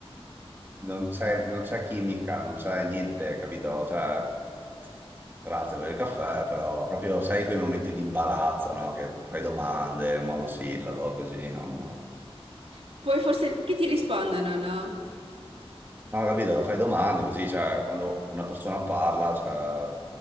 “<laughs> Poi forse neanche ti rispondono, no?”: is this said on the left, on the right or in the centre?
Right